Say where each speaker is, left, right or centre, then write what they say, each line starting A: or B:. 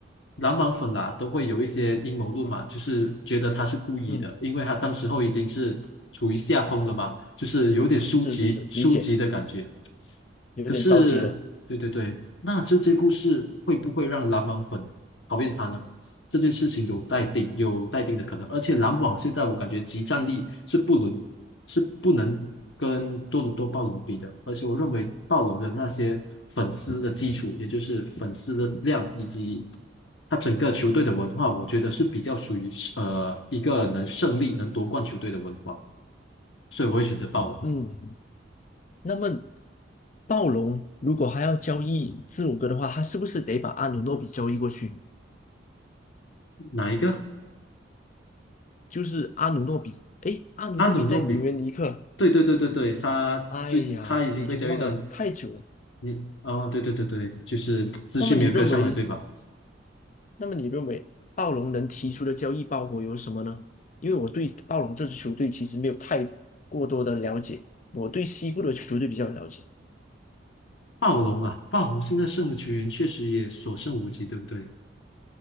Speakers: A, on the left; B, on the left.
A: 篮网粉啊都会有一些阴谋论嘛，就是觉得他是故意的，
B: 嗯，
A: 因为他当时候已经是处于下风了嘛，就是有点输急输急的感觉。
B: 是是是，理解，有点着急了。
A: 可是，对对对，那这些故事会不会让篮网粉讨厌他呢？这件事情有待定，有待定的可能。而且篮网现在我感觉集战力是不能是不能跟多伦多暴龙比的。而且我认为暴龙的那些粉丝的基础，也就是粉丝的量以及他整个球队的文化，我觉得是比较属于呃一个能胜利、能夺冠球队的文化，所以我会选择暴龙。
B: 嗯，那么暴龙如果还要交易字母哥的话，他是不是得把阿努诺比交易过去？
A: 哪一个？
B: 就是阿努诺比，诶，阿努诺比在尤文尼克，
A: 阿努诺比。对对对对对，他最他已经被交易到
B: 哎呀，已经忘了，太久了。
A: 你哦，对对对对，就是资讯没有跟上来，
B: 那么你认为，
A: 对吧？
B: 那么你认为暴龙能提出的交易包裹有什么呢？因为我对暴龙这支球队其实没有太过多的了解，我对西部的球队比较了解。
A: 暴龙啊，暴龙现在剩的球员确实也所剩无几，对不对？